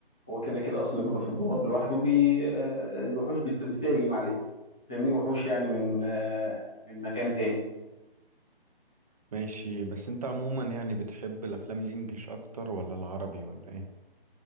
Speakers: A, in the centre; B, on the right.
A: هو كده كده اصلا اللي بيبقى في الضباب لوحده بي آه، الوحوش بت- بتهجم عليه فاهمني وحوش يعني من آه، من مكان تاني
B: ماشي بس انت عموما يعني بتحب الافلام الانجليش اكتر ولا العربي ولا ايه